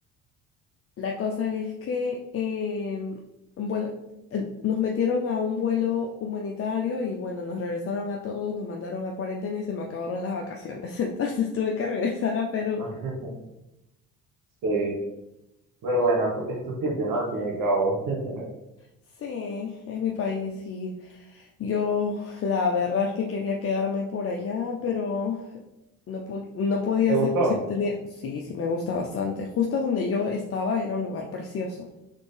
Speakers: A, on the left; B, on the right.
A: La cosa es que, em, bueno, eh, nos metieron a un vuelo humanitario y bueno, nos regresaron a todos, nos mandaron a cuarentena y se me acabaron las vacaciones. <laughs> Entonces tuve que regresar a Perú.
B: <laughs> sí. Pero bueno, es tu, es tu sitio, ¿no? Al fin y al cabo. <laughs>
A: Sí, es mi país y yo la verdad es que quería quedarme por allá, pero no, po- no podía
B: ¿Te
A: hacerlo
B: gustó?
A: si no tenía... Sí, sí, me gusta bastante. Justo donde yo estaba era un lugar precioso,